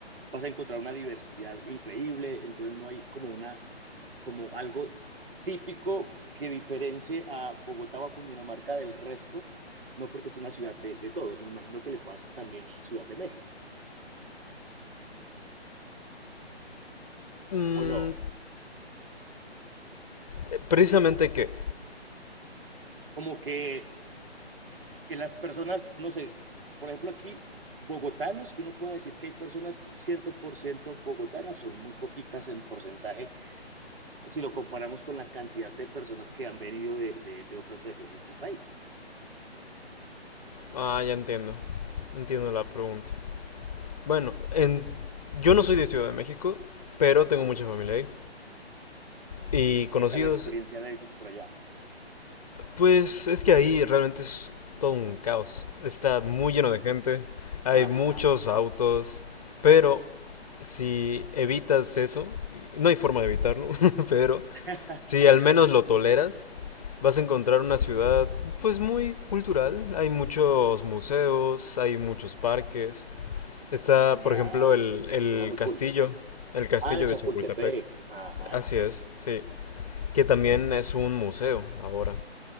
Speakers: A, on the right; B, on the left.
A: vas a encontrar una diversidad increíble, entonces no hay como una, como algo típico que diferencie a Bogotá o a Cundinamarca del resto, no porque es una ciudad de, de todos, me imagino que le pasa también a la Ciudad de México,
B: Mm,
A: ¿o no?
B: eh, precisamente qué.
A: Como que que las personas, no sé, por ejemplo aquí, bogotanos, que uno pueda decir que hay personas 100% bogotanas, son muy poquitas en porcentaje si lo comparamos con la cantidad de personas que han venido de, de, de otras regiones del país.
B: Ah, ya entiendo. Entiendo la pregunta. Bueno, en... yo no soy de Ciudad de México, pero
A: Ajá.
B: tengo mucha familia ahí. Y conocidos.
A: ¿Qué tal la experiencia de ellos por allá?
B: Pues es que ahí realmente es todo un caos. Está muy lleno de gente. Hay
A: Ajá.
B: muchos autos. Pero si evitas eso, no hay forma de evitarlo, <laughs> pero
A: <laughs>
B: Si al menos lo toleras, vas a encontrar una ciudad pues muy cultural. Hay muchos museos, hay muchos parques. Está,
A: Genial.
B: por ejemplo, el, el
A: Suena muy
B: castillo,
A: cool.
B: el castillo
A: Ah, de Chapultepec.
B: de Chapultepec.
A: Ajá.
B: Así es, sí. Que también es un museo ahora.